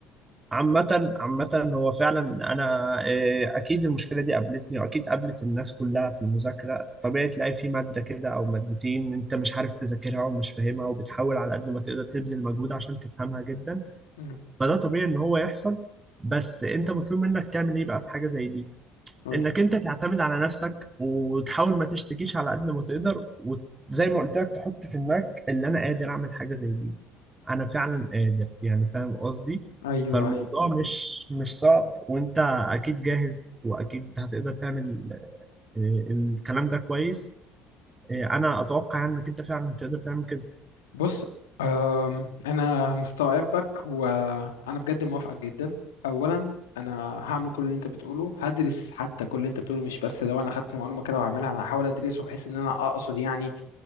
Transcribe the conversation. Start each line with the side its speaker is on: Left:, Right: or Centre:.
Right: عامة عامة هو فعلا أنا آه، أكيد المشكلة دي قابلتني وأكيد قابلت الناس كلها في المذاكرة طبيعي تلاقي في مادة كده أو مادتين أنت مش عارف تذاكرها ومش فاهمها وبتحاول على قد ما تقدر تبذل مجهود عشان تفهمها جدا
Left: مم،
Right: فده طبيعي إن هو يحصل بس أنت مطلوب منك تعمل إيه بقى في حاجة زي دي
Left: قولي
Right: انك انت تعتمد على نفسك وتحاول ما تشتكيش على قد ما تقدر وزي ما قلت لك تحط في دماغك اللي انا قادر اعمل حاجه زي دي انا فعلا قادر يعني فاهم قصدي
Left: ايوه
Right: فالموضوع
Left: ايوه
Right: مش مش صعب وانت اكيد جاهز واكيد هتقدر تعمل آه، الكلام ده كويس آه، انا اتوقع يعني انك انت فعلا هتقدر تعمل
Left: بص آم، انا مستوعبك وانا بجد موافقك جدا اولا انا هعمل كل اللي انت بتقوله هدرس حتى كل اللي انت بتقوله مش بس لو انا خدت معلومه كده وهعملها انا هحاول ادرسه بحيث ان انا اقصد يعني